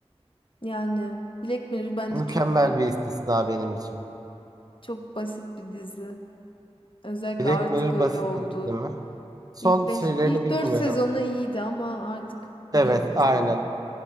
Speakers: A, on the left; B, on the right.
A: Yani Black Mirror bence
B: mükemmel
A: çok
B: bir istisna benim için.
A: çok basit bir dizi. Özellikle
B: Black
A: artık
B: Mirror
A: öyle
B: basit
A: oldu.
B: bir dizi mi? Son
A: İlk beş
B: şeylerini
A: ilk
B: bilmiyorum.
A: 4 sezonu iyiydi ama artık
B: Evet,
A: değil mesela.
B: aynen.